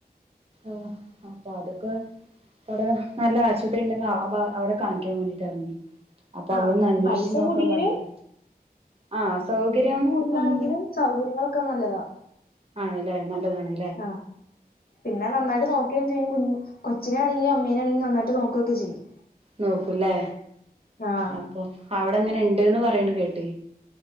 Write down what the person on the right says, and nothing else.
ആഹ് അപ്പൊ അതൊക്കെ വേറെ നല്ല ആശുപത്രി ഉണ്ടെങ്കി അവിടെ കാണിക്കാൻ വേണ്ടിട്ട് ആയിരുന്നു അപ്പൊ
അവളൊന്ന് അന്വേഷിച്ച്
നോക്കാൻ
പറഞ്ഞ് ആഹ് സൗകര്യം
ഒന്നും
ആണ്ല്ലേ നല്ലതാണ്
നോക്കുംല്ലേ
അപ്പൊ അവിടങ്ങനെ ഇണ്ട്ന്ന് പറയണ് കേട്ട്